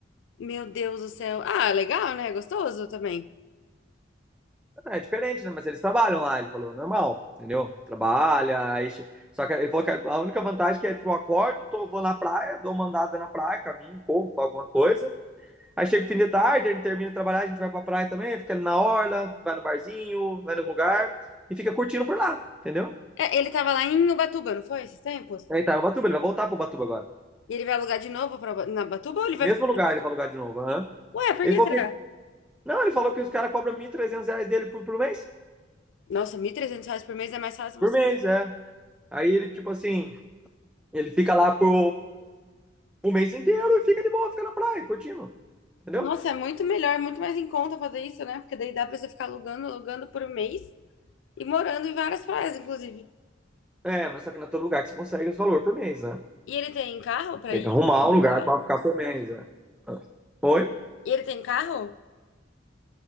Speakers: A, on the left; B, in the centre.
A: Meu Deus do céu. Ah, legal, né? Gostoso também.
B: É diferente, né? Mas eles trabalham lá, ele falou, normal, entendeu? Trabalha, aí... só que ele falou que a única vantagem que é, tipo, eu acordo, tô, vou na praia, dou uma andada na praia, caminho, corro, faço alguma coisa. Aí chega o fim de tarde, a gente termina de trabalhar, a gente vai pra praia também, fica ali na orla, vai no barzinho, vai no lugar e fica curtindo por lá, entendeu?
A: É, ele tava lá em Ubatuba, não foi? Esses tempos?
B: Aí tá, o Batuba, ele vai voltar pro Batuba agora.
A: E ele vai alugar de novo pra, na Batuba ou ele
B: O
A: vai
B: mesmo
A: ficar.
B: lugar ele vai alugar de novo, aham.
A: Ué, por
B: Ele
A: que
B: falou
A: será?
B: que... Não, ele falou que os caras cobram 1.300 reais dele por, por mês.
A: Nossa, 1.300 reais por mês é mais fácil
B: Por
A: você.
B: mês, é. Aí ele, tipo assim, ele fica lá por O mês inteiro e fica de boa, fica na praia, curtindo, entendeu?
A: Nossa, é muito melhor, é muito mais em conta fazer isso, né? Porque daí dá pra você ficar alugando, alugando por um mês e morando em várias praias, inclusive.
B: É, mas só que não é todo lugar que você consegue esse valor por mês, né?
A: E ele tem carro pra
B: Tem
A: ir?
B: que arrumar
A: visitar?
B: um lugar pra ficar por mês, né? Oi?
A: E ele tem carro?